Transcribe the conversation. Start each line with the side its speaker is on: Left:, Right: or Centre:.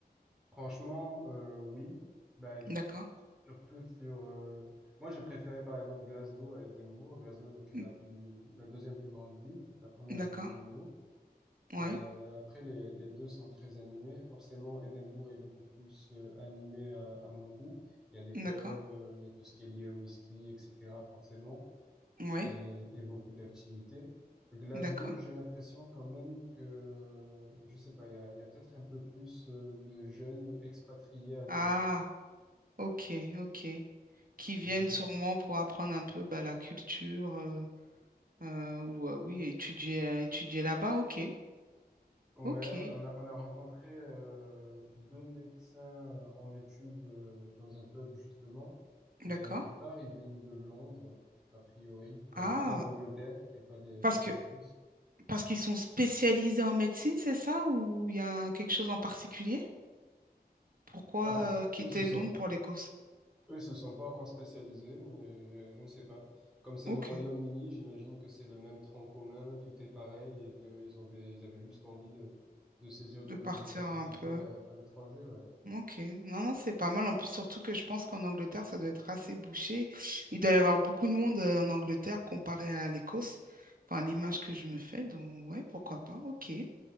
Centre: Franchement, euh, oui, bah,
Right: D'accord,
Centre: surtout sur... euh, Moi, j'ai préféré, par exemple, Glasgow à Édimbourg. Glasgow, donc, est
Right: Mm,
Centre: la plus, la deuxième plus grande ville, la première
Right: d'accord,
Centre: étant Édimbourg.
Right: ouais.
Centre: Euh, après, les, les deux sont très animés. Forcément, Édimbourg est beaucoup plus euh, animé à, à mon goût. Il y a des pubs,
Right: D'accord.
Centre: euh, il y a tout ce qui est lié au whisky, etc. forcément,
Right: Oui,
Centre: et, et beaucoup d'activités. Glasgow,
Right: d'accord.
Centre: j'ai l'impression quand même que, euh, je sais pas, il y a, il y a peut-être un peu plus euh, de jeunes expatriés à Glasgow.
Right: Ah, ok, ok. Qui viennent
Centre: Ouais.
Right: sûrement pour apprendre un peu bah, la culture euh, euh, ou euh, oui, étudier, euh, étudier là-bas. Ok,
Centre: Ouais,
Right: ok,
Centre: on a, on a rencontré euh, deux médecins euh, en études euh, dans un pub justement,
Right: d'accord.
Centre: et la plupart ils viennent de Londres, a priori, enfin
Right: Ah,
Centre: en tout cas d'Angleterre et pas des
Right: parce
Centre: et pas
Right: que
Centre: d'Écosse.
Right: parce qu'ils sont spécialisés en médecine, c'est ça? Ou il y a quelque chose en particulier? Pourquoi
Centre: Alors
Right: euh, quitter
Centre: eux ils se sont
Right: Londres pour l'Écosse?
Centre: eux ils se sont pas encore spécialisés, mais je, je ne sais pas. Comme c'est
Right: Ok,
Centre: le Royaume-Uni, j'imagine que c'est le même tronc commun, tout est pareil et qu'ils avaient ils avaient juste envie de de saisir de
Right: de
Centre: nouvelles
Right: partir
Centre: opportunités
Right: un peu.
Centre: à, à l'étranger, ouais.
Right: Ok, non, non, c'est pas mal. En plus, surtout que je pense qu'en Angleterre, ça doit être assez bouché. Il doit y avoir beaucoup de monde euh, en Angleterre comparé à l'Écosse. Enfin, l'image que je me fais. Donc, ouais, pourquoi pas. Ok.